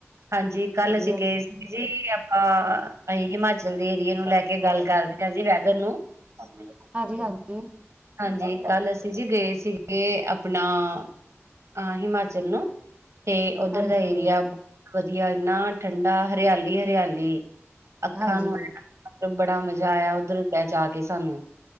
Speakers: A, on the right (about 65°); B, on the right (about 25°).
A: ਹਾਂਜੀ। ਕੱਲ
B: ਵਧੀਆ
A: ਅਸੀਂ ਗਏ ਸੀਗੇ। ਜੀ ਆਪਾਂ-ਅਅ ਅਸੀਂ ਹਿਮਾਚਲ ਦੇ ਏਰੀਏ ਨੂੰ ਲੈ ਕੇ ਗੱਲ ਕਰਦੇ ਹਾਂ ਜੀ ਵੈਦਰ ਨੂੰ <unintelligible>
B: ਹਾਂਜੀ-ਹਾਂਜੀ।
A: ਹਾਂਜੀ। ਕੱਲ੍ਹ ਅਸੀਂ ਜੀ ਗਏ ਸੀਗੇ ਆਪਣਾ-ਅਅ ਅ- ਹਿਮਾਚਲ ਨੂੰ ਤੇ ਓਦਰ
B: ਹਾਂਜੀ
A: ਦਾ ਏਰੀਆ ਬ-ਵਧੀਆ। ਇੰਨਾ ਠੰਢਾ ਹਰਿਆਲੀ-ਹਰਿਆਲੀ। ਅੱਖਾਂ
B: ਹਾਂਜੀ
A: ਨੂੰ ਮਤਲਬ- ਬੜਾ ਮਜ਼ਾ ਆਇਆ। ਉੱਧਰ ਜਾ ਕੇ ਸਾਨੂੰ